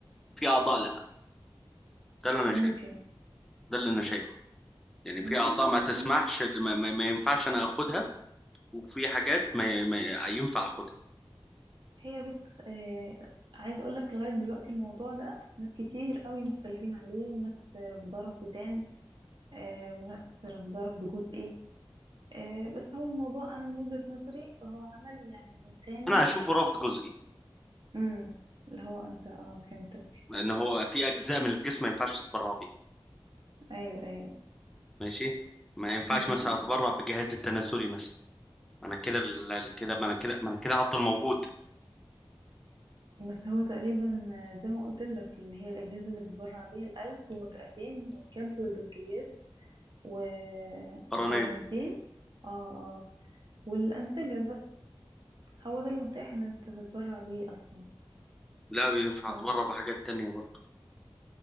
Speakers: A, in the centre; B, on the right.
A: في اعضاء لا ده اللي انا
B: ممكن
A: شايفه ده اللي انا شايفه يعني
B: مم.
A: في اعضاء ما تسمحش ما, ما, ما ينفعش انا اخدها وفي حاجات ما, ما ينفع اخدها
B: هي بص آه عايز اقول لك لغايه دلوقتي الموضوع ده ناس كتير قوي مختلفين عليه وناس رافضاه رفض تام آه وناس رافضاه رفض جزئي آه بس هو الموضوع انا من وجهه نظري فهو عمل يعني انساني
A: انا اشوفه رفض جزئي
B: امم اللي هو انت اه فهمتك
A: ان هو في اجزاء من الجسم ما ينفعش تتبرع بيه
B: ايوه ايوه
A: ماشي ما ينفعش
B: امم
A: مثلا اتبرع بجهازي التناسلي مثلا انا كده ال- كده ما انا كده ما انا كده هفضل موجود
B: بس هو تقريبا آه، زي ما قلت لك اللي هي الاجهزه اللي بتبرع بيها القلب والرئتين والكبد والبنكرياس والقولونتين
A: قرنيا
B: اه اه والانسجه بس هو ده المتاح ان انت تتبرع بيه اصلا
A: لا ينفع
B: ف
A: اتبرع بحاجات تانية برضه